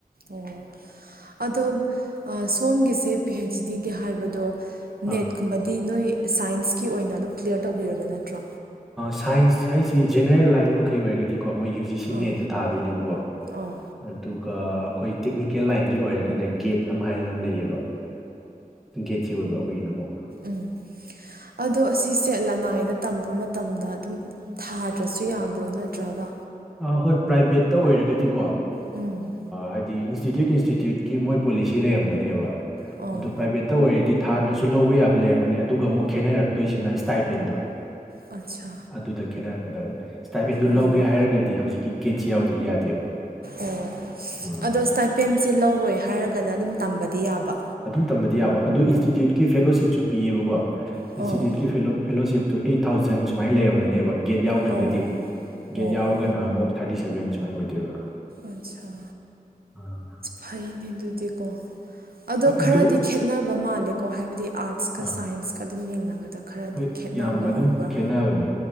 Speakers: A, on the right; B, in the centre.
A: ꯑꯣ ꯑꯗꯣ ꯁꯣꯝꯒꯤꯁꯦ ꯄꯤ ꯑꯩꯩꯆ ꯗꯤ ꯀꯦ ꯍꯥꯏꯕꯗꯣ ꯅꯦꯠꯀꯨꯝꯕꯗꯤ
B: ꯑꯥ
A: ꯅꯣꯏ ꯁꯥꯏꯟꯁꯀꯤ ꯑꯣꯏꯅ ꯑꯗꯨꯝ ꯀ꯭ꯂꯤꯌꯥꯌꯔ ꯇꯧꯕꯤꯔꯕ ꯅꯠꯇ꯭ꯔꯣ
B: ꯁꯥꯏꯟꯁ ꯍꯥꯏꯁꯤ ꯖꯦꯅꯔꯦꯜ ꯂꯥꯏꯟ ꯃꯈꯩ ꯑꯣꯏꯔꯒꯗꯤ ꯀꯣ ꯃꯣꯏ ꯌꯨ ꯖꯤ ꯁꯤ
A: ꯑꯥ
B: ꯅꯦꯠꯇꯨ ꯊꯥꯗꯣꯏꯅꯦꯕꯀꯣ
A: ꯑꯣ
B: ꯑꯗꯨ ꯑꯩꯈꯣꯏ ꯇꯦꯛꯅꯤꯀꯦꯜ ꯂꯥꯏꯟꯒꯤ ꯑꯣꯏꯔꯒꯅ ꯒꯦꯠ ꯑꯃ ꯍꯥꯏꯗꯅ ꯑꯃ ꯂꯩꯌꯦꯕꯦꯠ ꯦꯠ ꯁꯤ ꯑꯣꯏꯕ ꯑꯩꯈꯣꯏꯒꯤꯅ ꯑꯃꯨ
A: ꯎꯝ ꯑꯗꯣ ꯑꯁꯤꯁꯦ ꯂꯅꯥꯏꯗ ꯇꯝꯕ ꯃꯇꯝꯗ ꯑꯗꯨꯝ ꯊꯥꯗ꯭ꯔꯁꯨ ꯌꯥꯕ꯭ꯔꯣ ꯅꯠꯇ꯭ꯔꯒ
B: ꯑ ꯍꯣꯏ ꯄ꯭ꯔꯥꯏꯚꯦꯠꯇ ꯑꯣꯏꯔꯒꯗꯤꯀꯣ
A: ꯎꯝ
B: ꯍꯥꯏꯗꯤ ꯏꯟꯁꯇꯤꯇ꯭ꯌꯨꯠ ꯏꯟꯁꯇꯤꯇ꯭ꯌꯨꯠꯀꯤ ꯃꯣꯏ ꯄꯣꯂꯤꯁꯤ ꯂꯩꯔꯝꯒꯅꯦꯕ
A: ꯑꯣ
B: ꯑꯗꯣ ꯄ꯭ꯔꯥꯏꯚꯦꯠꯇ ꯑꯣꯏꯔꯗꯤ ꯊꯥꯗꯁꯨ ꯂꯧꯕ ꯌꯥꯕ ꯂꯩꯔꯝꯒꯅꯤ ꯑꯗꯨꯒ ꯑꯃꯨꯛ ꯈꯦꯠꯅꯔꯛꯇꯣꯏꯁꯤꯅ ꯏꯁꯇꯥꯏꯄꯦꯟꯗꯣ
A: ꯑꯠꯁꯥ
B: ꯑꯗꯨꯗ ꯈꯦꯅꯔꯛꯀꯗꯕ ꯏꯁꯇꯥꯏꯄꯦꯟꯗꯨ
A: ꯑꯣ
B: ꯂꯧꯒꯦ ꯍꯥꯏꯔꯒ ꯍꯧꯖꯤꯛꯀꯤ ꯒꯦꯠꯁꯤ ꯌꯥꯎꯗ꯭ꯔꯗꯤ ꯌꯥꯗꯦꯕ
A: ꯑꯣ
B: ꯎꯝ
A: ꯑꯗꯣ ꯏꯁꯇꯥꯏꯄꯦꯟꯁꯤ ꯂꯧꯔꯣꯏ ꯍꯥꯏꯔꯒꯅ ꯑꯗꯨꯝ ꯇꯝꯕꯗꯤ ꯌꯥꯕ
B: ꯑꯗꯨꯝ ꯇꯝꯕꯗꯤ ꯌꯥꯕ ꯑꯗꯨ ꯏꯟꯁꯇꯤꯇ꯭ꯌꯨꯠꯀꯤ ꯐꯦꯂꯣꯁꯤꯞꯁꯨ ꯄꯤꯌꯦꯕꯀꯣ
A: ꯑꯣ
B: ꯏꯟꯁꯇꯤꯇ꯭ꯌꯨꯠꯀꯤ ꯐꯦꯂꯣꯁꯤꯞ ꯇꯨ ꯑꯩꯠ ꯊꯥꯎꯖꯟ ꯁꯨꯃꯥꯏꯅ ꯂꯩꯔꯝꯒꯅꯦꯕ ꯒꯦꯠ ꯌꯥꯎꯗ꯭ꯔꯒꯗꯤ
A: ꯑꯣ
B: ꯒꯦꯠ
A: ꯑꯣ
B: ꯌꯥꯎꯔꯒꯅ ꯑꯃꯨꯛ ꯊꯥꯔꯇꯤ ꯁꯕꯦꯟ ꯁꯨꯃꯥꯏꯅ ꯑꯣꯏꯗꯣꯏꯕ
A: ꯑꯆꯥ
B: ꯑꯥ
A: ꯐꯥꯏꯅꯤꯗꯨꯗꯤ ꯀꯣ ꯑꯗꯣ
B: ꯍꯣꯏ
A: ꯈꯔꯗꯤ
B: ꯑꯗꯨ
A: ꯈꯦꯠꯅꯕ ꯃꯥꯜꯂꯦꯀꯣ ꯍꯥꯏꯕꯗꯤ ꯑꯥꯔꯠꯁꯀ
B: ꯑꯥ
A: ꯁꯥꯏꯟꯁꯀ ꯑꯗꯨꯝ ꯌꯦꯡꯅꯕꯗ ꯈꯔꯗꯤ
B: ꯍꯣꯏ
A: ꯈꯦꯠꯅꯕ
B: ꯌꯥꯝ
A: ꯑꯣꯏꯕ꯭ꯔꯥ
B: ꯑꯗꯨꯝ ꯈꯦꯠꯅꯕꯅꯦ